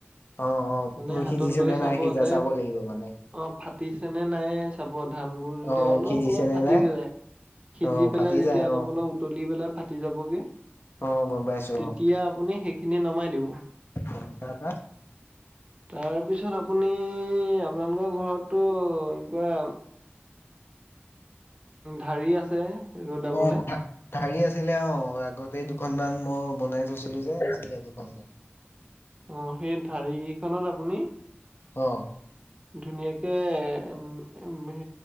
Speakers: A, on the left (about 60°); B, on the right (about 25°).
A: অ অ
B: মানে
A: মই
B: হাতত
A: সিজিছে
B: লৈ
A: নে নাই সিজা
B: যে
A: চাব লাগিব মানে।
B: অ ফাটিছেনে নাই চাব ধান বোৰ যদি
A: অ
B: অলপ
A: সিজিছে
B: অলপ
A: নে
B: ফাটি
A: নাই
B: গৈ যায় সিজি
A: অ
B: পেলাই
A: ফাটি
B: যেতিয়া
A: যায়
B: অলপ
A: অ
B: অলপ উতলি পেলাই ফাটি যাবগৈ
A: অ গম পাইছোঁ।
B: তেতিয়া আপুনি সেইখিনি নমাই দিব।
A: উম টাপা
B: তাৰপিছত আপুনি আপোনালোকৰ ঘৰতটো এনেকুৱা ধৰি আছে ৰ'দাবলে
A: অ ধাৰি আছিলে অ আগতে দুখনমান মই বনাই থৈছিলো যে। <unintelligible>
B: অ সেই ধাৰি কেইখনত আপুনি
A: অঁ
B: ধুনীয়াকে উ হ